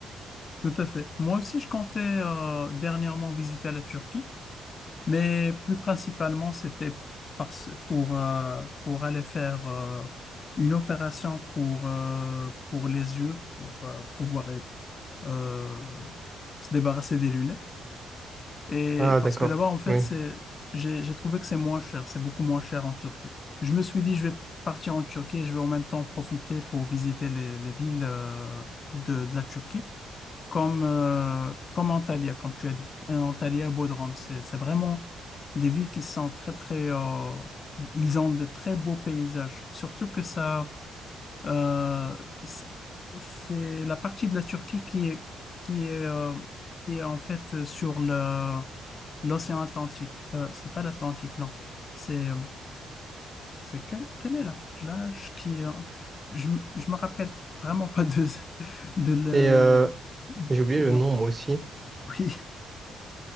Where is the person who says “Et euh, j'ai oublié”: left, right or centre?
Right